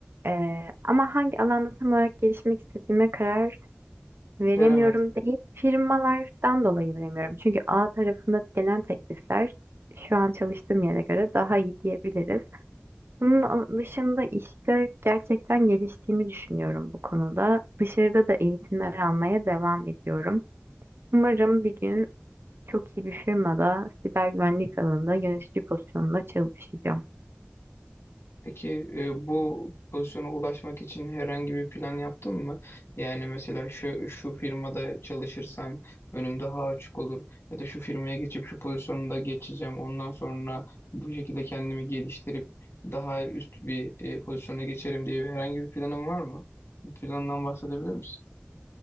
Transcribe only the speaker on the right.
Ee, ama hangi alanda tam olarak gelişmek istediğime karar veremiyorum
değil, firmalardan dolayı veremiyorum. Çünkü ağ tarafında gelen teklifler şu an çalıştığım yere göre daha iyi diyebiliriz. Bunun dışında işte gerçekten geliştiğimi düşünüyorum bu konuda. Dışarıda da eğitimler almaya devam ediyorum. Umarım bir gün çok iyi bir firmada siber güvenlik alanında yönetici pozisyonunda çalışacağım.